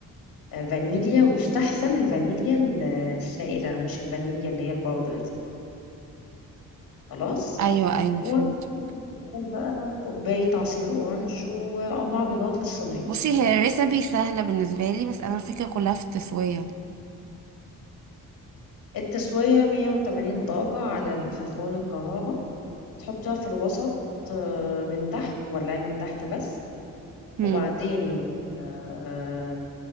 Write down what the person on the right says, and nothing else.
ايوه ايوه فهمت
بصي هي الريسبي سهلة بالنسبة لي بس انا الفكرة كلها في التسوية
مم.